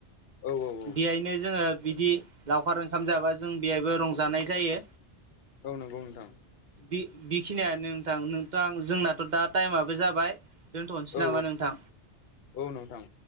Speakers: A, on the left; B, on the right.
A: औ औ औ
B: बेहायनो जोङो बिदि लावखार ओंखाम जाबा जों बेहायबो रंजानाय जायो।
A: औ नंगौ नोंथां।
B: बेखिनियानो नोंथां नोंथां जोंनाथ' दा टाइमाबो जाबाय। दोनथ'नोसै
A: औ
B: नामा नोंथां?
A: औ नोंथां।